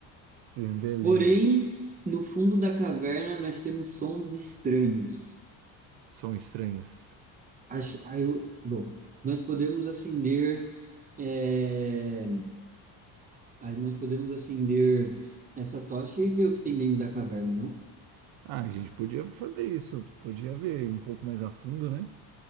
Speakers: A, on the right; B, on the right.
A: Sim, Beleza.
B: Porém, no fundo da caverna nós temos sons estranhos.
A: São estranhas.
B: acho, aí eu, bom, nós podemos acender, é, aí nós podemos acender essa tocha e ver o que tem dentro da caverna, não?
A: Ah, a gente podia fazer isso, podia ver um pouco mais a fundo, né?